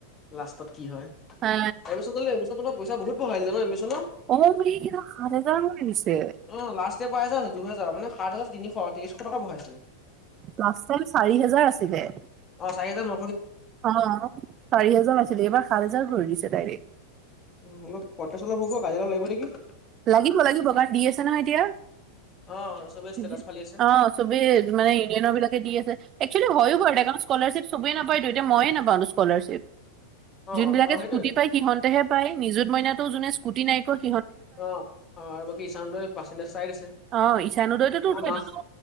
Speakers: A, on the left; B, on the right.
A: লাষ্টত কি হয়।
B: হা
A: এডমিচন ললে এডমিচন লোৱা পইচা বহুত বঢ়াই দিলে নহ এডমিচনৰ
B: অ এইবেলি যে সাত হাজাৰ লৈ লৈছে।
A: অ, লাষ্ট ইয়েৰ পৰা এহেজাৰ আছিল। দুহেজাৰ, মানে সাত হাজাৰ তিনিশ, তেইশ টকা বঢ়াইছে।
B: লাষ্ট টাইম চাৰি হেজাৰ আছিলে।
A: অ চাৰি হেজাৰ ন
B: অহ, চাৰি হাজাৰ আছিলে। এইবাৰ সাত হেজাৰ কৰি দিছে ডাইৰেক্ট।
A: উম, অলপ প্ৰতেষ্ট অলপ হব। কাজিয়া অলপ লাগিব নেকি
B: লাগিব লাগিব। কাৰণ দি আছে নহয় এতিয়া,
A: অ চবে ষ্টেটাছ
B: ‌
A: ফালি আছে
B: অহ চবেই মানে ইউনিয়নৰ বিলাকে দি আছে। একচুৱেলি হয়ো হয়। মানে স্কলাৰশ্বিপ চবেই নাপায়টো, এতিয়া মইয়ে নাপালো স্কলাৰশ্বিপ।
A: অ
B: যোনবিলাকে
A: অ সেইটোৱে
B: স্কুটি পায় সিহঁতেহে পায়। নিযুত মইনাটো যোনে স্কুটি নাইপোৱা
A: অ অ আৰু বাকী ইচান, উদয় পাৰ্চেণ্টিজ চাই দিছে।
B: অ ইচান, উদয়তোটো
A: আমাৰ
B: সেইতোটো